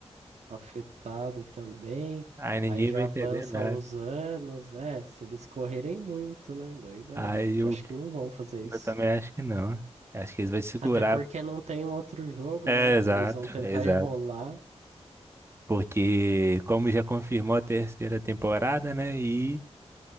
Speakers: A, on the right; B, on the right.
A: afetado também.
B: Aí ninguém
A: Aí já
B: vai
A: avança
B: entender nada.
A: uns anos, é, se eles correrem muito, né? Daí dá,
B: Aí
A: mas
B: eu,
A: acho que não vão fazer isso.
B: eu também acho que não. Acho que eles vão segurar.
A: Até porque não tem um outro jogo,
B: É,
A: né? Então
B: exato,
A: eles vão tentar
B: exato.
A: enrolar,
B: Porque, como já confirmou a terceira temporada, né? E